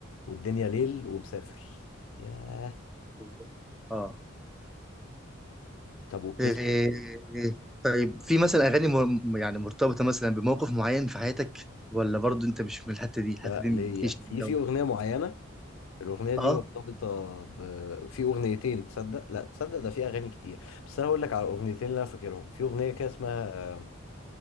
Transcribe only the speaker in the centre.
بالظبط. اه
إيه، طيب في مثلا اغاني م- يعني مرتبطه مثلا بموقف معين في حياتك ولا برضو انت مش من الحته دي الحته
دي
ما بتجيش
معاك
أوي؟
اه